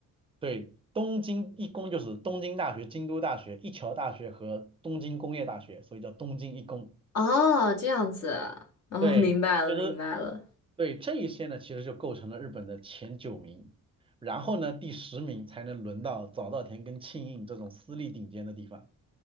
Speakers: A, on the right (about 15°); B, on the left (about 55°).
A: 对，东京一工就是东京大学、京都大学、一桥大学和东京工业大学，所以叫东京一工。
B: 哦，啊这样子哦，
A: 对，
B: 明白了，
A: 其实
B: 明白了。
A: 对这一些呢，其实就构成了日本的前九名，然后呢，第十名才能轮到早稻田跟庆应这种私立顶尖的地方。